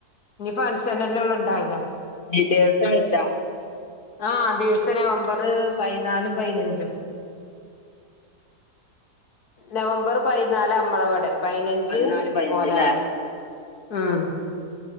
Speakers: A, on the left; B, on the left.
A: ഇനി ഫങ്ഷൻ അല്ലെ ഒള്ള് ഉണ്ടാവുക
B: ഈ ദിവസം വെച്ചാ
A: ആഹ് ദിവസം നവംബറ് പതിനാലുംപതിനഞ്ചും നവംബർ പതിനാല് അമ്മളവിടെ പതിനഞ്ച്
B: പതിനാലും പതിനഞ്ചുല്ലേ
A: ഓലവടെ ഉം